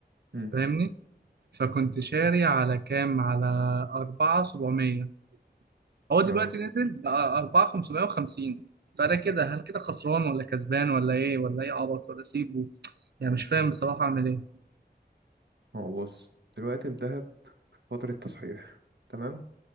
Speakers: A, on the right (about 85°); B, on the right (about 70°).
A: مم.
B: فاهمني فكنت شاري على كام على أربعة سبعمية هو دلوقتي
A: اه
B: نزل بقى أربعة خمسمية وخمسين فأنا كده هل كده خسران ولا كسبان ولا إيه ولا إيه عبط ولا أسيبه يعني مش فاهم بصراحة أعمل إيه
A: هو بص دلوقتي الذهب فترة تصحيح تمام